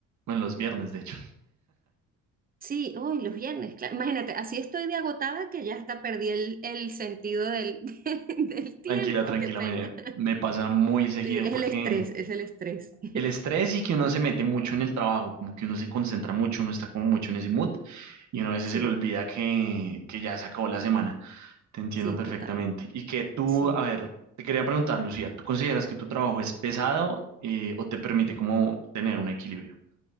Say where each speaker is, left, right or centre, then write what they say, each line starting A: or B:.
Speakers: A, on the right; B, on the right.
A: Bueno, los viernes, de hecho.
B: Sí, hoy los viernes, claro. Imagínate, así estoy de agotada que ya hasta perdí el, el sentido del, <laughs> del
A: <laughs>
B: tiempo,
A: Tranquila, tranquila,
B: qué pena.
A: me, me pasa muy seguido
B: Sí, es
A: porque
B: el estrés, es el estrés. <laughs>
A: el estrés y que uno se mete mucho en el trabajo, como que uno se concentra mucho, uno está como mucho en ese mood y uno a veces
B: Sí,
A: se le olvida que, que ya se acabó la semana. Te entiendo
B: sí,
A: perfectamente.
B: total.
A: Y que tú,
B: Sí.
A: a ver, te quería preguntar, Lucía, ¿tú consideras que tu trabajo es pesado eh, o te permite como tener un equilibrio?